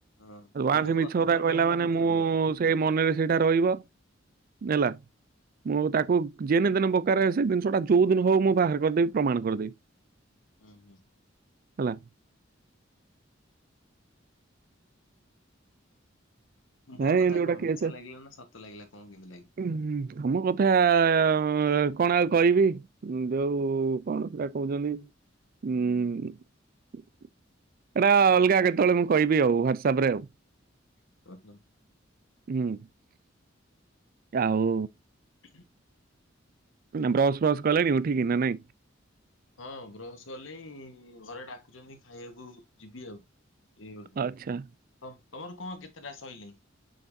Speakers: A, on the left; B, on the right.
A: ହଁ
B: ଆଉୁ
A: ମୁଁ
B: ସେ
A: କଣ
B: ମିଛ
A: ସତ
B: କଥା କହିଲା
A: କହିଲି ନା
B: ମାନେ
A: ମିଛ
B: ମୁଁ
A: କହିଲି?
B: ସେ ମନରେ ସେଇଟା ରହିବ ନେଲା ମୁଁ ତାକୁ ଯେନେ ଦେନେ ବକାରେ ସେ ଜିନିଷ ଟା ଯୋଉ ଦିନ ହଉ ମୁଁ ବାହାର କରିଦେବି ପ୍ରମାଣ କରିଦେବି।
A: ହଁ ହୁଁ।
B: ହେଲା।
A: ମୋ
B: ନାହିଁ
A: କଥା
B: ଏମିତି
A: କଣ
B: ଗୋଟେ କେସ୍
A: ମିଛ ଲାଗିଲା ନା ସତ ଲାଗିଲା କଣ କେମିତି
B: ହୁଁ ତମ କଥା ଅଁ କଣ ଆଉ କହିବି ଯଉ କଣ ସେଟା କହୁଛନ୍ତି? ହୁଁ। ଏଟା ଅଲଗା କେତେବେଳେ ମୁଁ କହିବି ଆଉ ହ୍ଵାଟସପ୍ ରେ ଆଉ।
A: ଲାଗିଲା?
B: ହୁଁ ଆଉ।
A: ହୁଁ <inaudible>
B: ନା ବ୍ରସ୍ ଫ୍ରସ୍ କଲେଣି ଉଠିକି ନା ନାଇଁ?
A: ହଁ ବ୍ରସ୍ କଲି ଘରେ ଡାକୁଛନ୍ତି ଖାଇବାକୁ ଯିବି ଆଉ। ଏ ଗୋଟେ
B: ଆଚ୍ଛା
A: ତମର କଣ କେତେଟା ସରିଲେଇଁ।